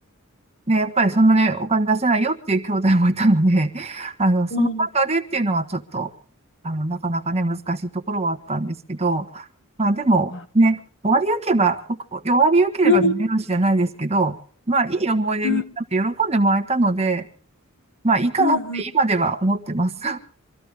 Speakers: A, on the right; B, on the left.
A: ね、やっぱりそんなね、お金出せないよっていう兄弟もいたので、<laughs> あの、その中でっていうのはちょっと、
B: うん、
A: あの、なかなかね、難しいところはあったんですけど、まあでもね、
B: あ
A: 終わりよけば、僕終わりよければ見よしじゃないですけど、
B: うん、
A: まあいい思い出になって喜んでもらえたので、
B: うん、
A: まあいいかなって今では思ってます。
B: うんうん
A: <laughs>